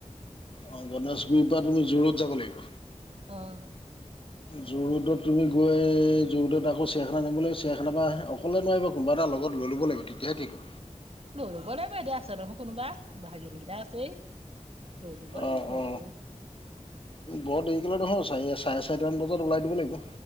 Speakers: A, on the left; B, on the right.
A: অ গণেশগুৰি পৰা তুমি যোৰত যাব লাগিব।
B: অ',
A: যোৰহোদত তুমি গৈ যোৰহদত আকৌ চিৰিয়াখানা নিামিব লাগ চৰিখানা পৰা আহে। অকলে নোৱাৰিব কোনোবা এটা লগত লৈ ল'ব লাগিব তেতিয়া হে থাকিব।
B: লৈ ল ব লাগিব এতিয়া আছে নহয় কোনোবা ভাগিনকেইটা আছেই। দু গাই
A: অ
B: ন বাৰ।
A: অ। বৰ দেৰিক লৈ নহল চাৰি চাৰে চাৰিটামান বজাত ওলাই দিব লাগিব।